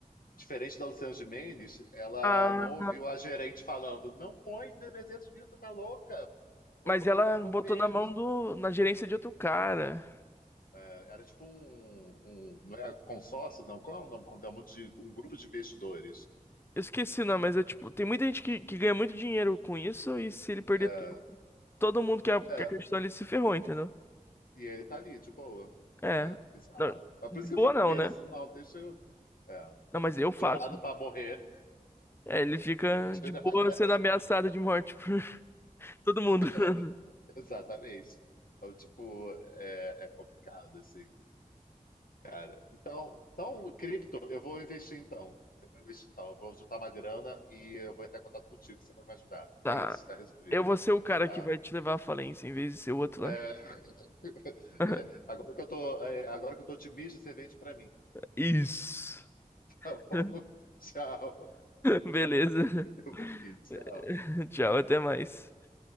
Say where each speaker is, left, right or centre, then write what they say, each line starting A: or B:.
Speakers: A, on the left; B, on the left.
A: Diferente da Luciana Gimenez, ela
B: Ah,
A: não ouviu a gerente falando: não põe 300 mil, você tá louca, põe,
B: mas ela
A: põe
B: botou
A: menos.
B: na mão do, na gerência de outro cara.
A: É, era tipo um, um- Não é consórcio, não? Qual é o nome? Quando é um, monte de- um grupo de investidores.
B: Eu esqueci o nome, mas é tipo, tem muita gente que, que ganha muito dinheiro com isso e se ele perder
A: É,
B: tudo, todo mundo que, a- que
A: é,
B: acreditou ele se ferrou, entendeu?
A: e ele tá ali, de boa,
B: É.
A: né? Bizarro.
B: Não,
A: É por
B: de
A: isso que
B: boa
A: eu fico
B: não,
A: com medo,
B: né?
A: assim, não, deixa eu. É,
B: Não, mas eu faço.
A: jurado para morrer.
B: É, ele fica de
A: <laughs>
B: boa sendo ameaçado de morte por <laughs> todo mundo.
A: É,
B: <laughs>
A: exatamente. Então, tipo, é, é complicado, assim. Cara, então, então, cripto, eu vou investir então. Eu vou investir então. Eu vou juntar uma grana e eu vou entrar em contato contigo, você vai me ajudar.
B: Tá.
A: É isso, tá resolvido,
B: Eu vou ser o cara
A: tá?
B: que vai te levar à falência em vez de ser o outro
A: É,
B: lá.
A: <laughs>
B: <laughs>
A: agora que eu tô, é, agora que eu tô otimista, você vende pra mim,
B: Isso.
A: tá bom?
B: <laughs>
A: <laughs> Tchau.
B: Beleza.
A: Eu vou aqui, tchau.
B: <laughs> Tchau, até mais.